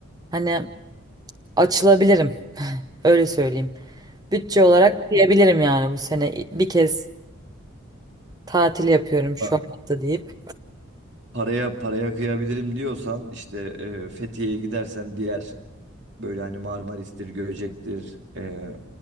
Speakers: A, on the right (about 20°); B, on the right (about 55°).
A: hani açılabilirim öyle söyleyeyim. Bütçe olarak diyebilirim yani bu sene bir kez tatil yapıyorum şu
B: He.
A: hayatta deyip.
B: paraya paraya kıyabilirim diyorsan işte e, Fethiye'ye gidersen diğer böyle hani Marmaris'tir, Göcek'tir e,